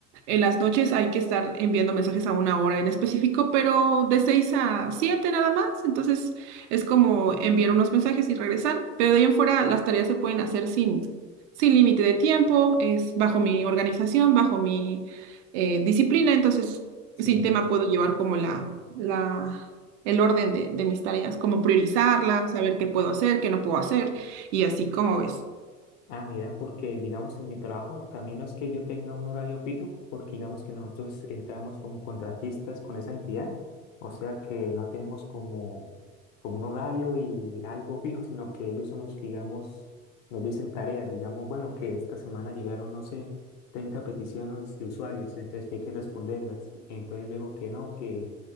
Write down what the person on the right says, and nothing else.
En las noches hay que estar enviando mensajes a una hora en específico, pero de 6 a 7 nada más. Entonces es como enviar unos mensajes y regresar. Pero de ahí en fuera las tareas se pueden hacer sin, sin límite de tiempo, es bajo mi organización, bajo mi eh, disciplina. Entonces
sin tema puedo llevar como la, la, el orden de, de mis tareas, como priorizarlas, saber qué puedo hacer, qué no puedo hacer y así como ves.